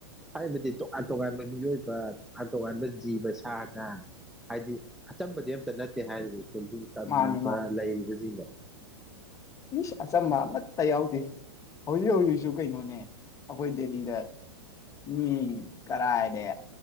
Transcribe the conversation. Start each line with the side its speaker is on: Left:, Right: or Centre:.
Centre: ꯍꯥꯏꯕꯗꯤ ꯇꯣꯉꯥꯟꯕ ꯃꯤꯑꯣꯏꯕ ꯇꯣꯉꯥꯟ ꯇꯣꯉꯥꯟꯕ ꯖꯤꯕ ꯁꯥ ꯉꯥ ꯍꯥꯏꯗꯤ ꯑꯆꯝꯕꯗꯤ ꯑꯝꯇ ꯅꯠꯇꯦ ꯍꯥꯏꯗꯤ ꯇꯝꯃꯤꯕ
Left: ꯃꯥꯅꯤ
Centre: ꯂꯩꯔꯤꯕꯁꯤꯡꯗꯣ
Left: ꯏꯁꯁ ꯑꯆꯝꯕ ꯑꯃꯠꯇ ꯌꯥꯎꯗꯦ ꯍꯧꯖꯤꯛ ꯍꯧꯖꯤꯛꯁꯨ ꯀꯩꯅꯣꯅꯦ ꯑꯩꯈꯣꯏ ꯗꯦꯜꯂꯤꯗ ꯃꯤ ꯀꯔꯥꯏꯗꯩꯪ